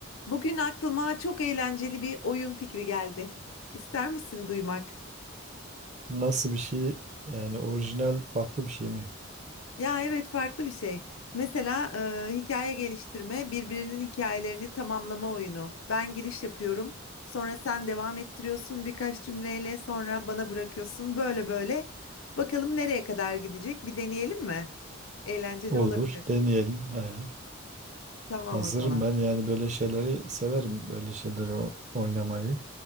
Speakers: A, on the left; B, on the right.
A: Bugün aklıma çok eğlenceli bir oyun fikri geldi. İster misin duymak?
B: Nasıl bir şey yani orijinal farklı bir şey mi?
A: Ya evet farklı bir şey. Mesela e, hikaye geliştirme, birbirinin hikayelerini tamamlama oyunu. Ben giriş yapıyorum, sonra sen devam ettiriyorsun birkaç cümleyle, sonra bana bırakıyorsun. Böyle böyle. Bakalım nereye kadar gidecek? Bir deneyelim mi? Eğlenceli
B: Olur
A: olabilir.
B: deneyelim. He,
A: Tamam
B: hazırım
A: o zaman.
B: ben yani böyle şeyleri severim böyle şeyleri o- oynamayı.